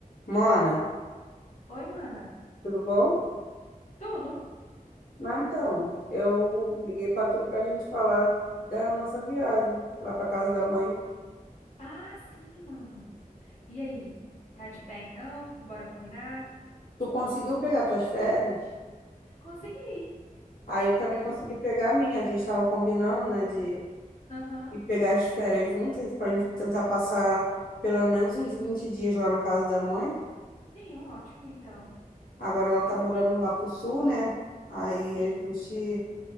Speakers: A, on the left (about 75°); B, on the left (about 55°).
A: Mana,
B: Oi, mana.
A: tudo bom?
B: Tudo?
A: Não, então, eu
B: Hum.
A: liguei pra tu pra gente falar da nossa viagem lá pra casa da mãe.
B: Ah, sim, mana. E aí? Tá de pé então? Bora combinar?
A: Tu conseguiu pegar tuas férias?
B: Consegui.
A: Aí eu também
B: Consegui.
A: consegui pegar a minha. A gente tava combinando, né, de
B: Aham.
A: ir pegar as férias juntas pra gente tentar passar pelo menos uns 20 dias lá na casa da mãe.
B: Sim, ótimo, então.
A: Agora ela
B: Deu
A: tá morando
B: certo.
A: lá pro sul, né? Aí
B: Sim,
A: a gente